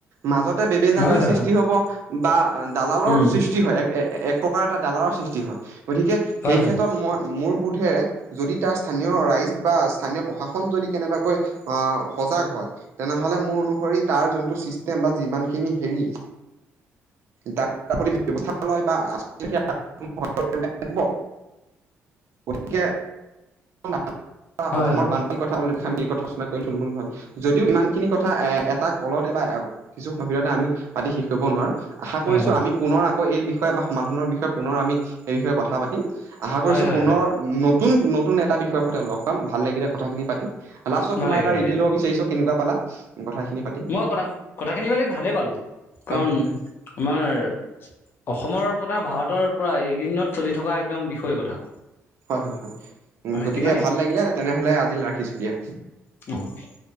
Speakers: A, on the right; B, on the left.
A: মাজতে বেমেজালিৰ
B: হয় হয়
A: সৃষ্টি
B: হয়
A: সৃষ্টি হ'ব বা দালালৰ
B: উম
A: সৃষ্টি হয় এক এ এক প্ৰকাৰ এটা দালালৰ সৃষ্টি হয় গতিকে
B: হয়
A: সেই
B: হয়
A: ক্ষেত্ৰত মই মোৰ বোধেৰে যদি তাৰ স্থানীয় ৰাইজ বা স্থানীয় প্ৰশাসন যদি কেনেবাকৈ আহ সজাগ হয় তেনেহ'লে মোৰ অনুসৰি তাৰ যোনটো ছিষ্টেম বা যিমান খিনি হেৰি তাত তাৰপতি ব্যৱস্থা লয় বা <unintelligible> হ'ব গতিকে <unintelligible>
B: হয়
A: অসমৰ
B: হয়
A: বান কথাও আমি কথা শুনা কৰি থুলমূল ভাৱে যদিও ইমান খিনি কথা এ এটা কলতে বা কিছু অসুবিধা আমি পাতি শেষ কৰিব নোৱাৰো আশা কৰিছো
B: হয়
A: আমি পুনৰ আকৌ এই বিষয়ে বা সমাধানৰ বিষয়ে পুনৰ আমি সেই বিষয়ে কথা পাতিম। আশা কৰিছো
B: হয় হয় হয়
A: পুনৰ
B: হয়
A: নতুন নতুন এটা বিষয়ৰ সৈতে লগ পাম ভাল লাগিলে কথাখিনি পাতি। লাষ্টত
B: ভাল
A: তোমাৰ
B: লাগিলে
A: এটা
B: ভাল
A: ৰিভিউ
B: লাগিলে
A: লব বিচাৰিছো। কেনেকুৱা পালা কথাখিনি পাতি
B: মই কথা কথাখিনি পালি ভালেই পালো
A: হয়
B: কাৰণ
A: হয় হয়।
B: আমাৰ অসমৰ কথা, ভাৰতৰ পৰা এইকেইদিনত চলি থকা একদম বিষয় কথা।
A: হয় হয় হয় উম গতিকে
B: কিমানে
A: ভাল লাগিলে তেনেহলে আজিলৈ ৰাখিছো দিয়া।
B: <unintelligible>